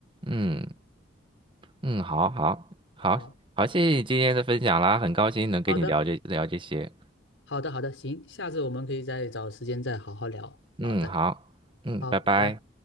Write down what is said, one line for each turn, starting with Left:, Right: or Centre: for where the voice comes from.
Right: 嗯嗯，好好好好，
Left: 好，
Right: 谢谢你今天的分享啦，很高兴能跟你聊这聊这些。
Left: 好的，好的，好的，行，下次我们可以再找时间再好好聊。
Right: 嗯，
Left: 好的，
Right: 好，嗯，
Left: 好，
Right: 拜拜。
Left: 拜拜。